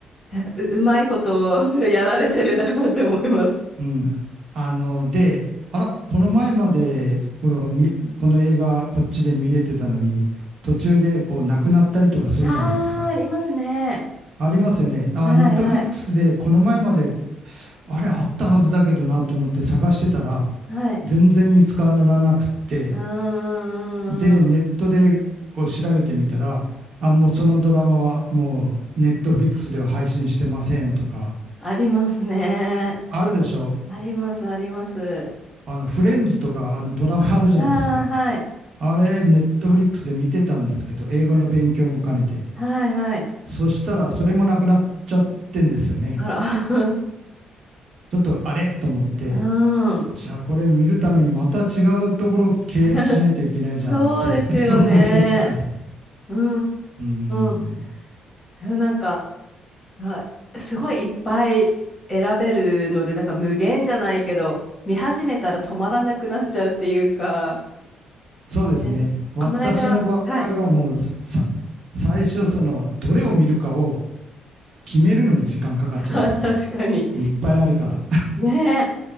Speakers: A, on the left (about 25°); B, on the right (about 55°).
A: なんかう、うまいことやられてるなって思います。
B: うん。あの、で、あら、この前まで、この、みこの映画、こっちで見れてたのに、途中で、こう、なくなったりとかするじゃないですか。
A: ああ、ありますね。
B: ありますよね。あ、
A: はいはい。
B: ネットフリックスで、この前まで、あれ、あったはずだけどなと思って探してたら、
A: はい。
B: 全然見つからなくって、
A: うーん。
B: で、ネットで、こう、調べてみたら、あ、もうそのドラマは、もう、ネットフリックスでは配信してませんとか、
A: ありますね。
B: あるでしょ。
A: あります、あります。
B: あの、フレンズとか、あの、ドラマあるじゃないですか。
A: ああ、はい。
B: あれ、ネットフリックスで見てたんですけど、英語の勉強も兼ねて。
A: あはいはい。
B: そしたら、それもなくなっちゃってんですよね。
A: あら。<laughs>
B: ちょっとあれと思って、
A: うん。
B: じゃあこれ見るためにまた違うところ契約しないといけないじゃんって
A: <laughs> そうですよね。
B: <laughs> 思ったり。
A: うん
B: うーん、
A: うんうんうん。なんか、わ、すごいいっぱい選べるので、なんか無限じゃないけど、見始めたら止まらなくなっちゃうっていうか、
B: そうですね。
A: ね、
B: 私の場合はもうさ、
A: この間、はい。
B: 最初その、どれを見るかを決めるのに時間かかっちゃいますね。
A: <laughs> あ確かに。
B: いっぱいあるから。
A: ねえ。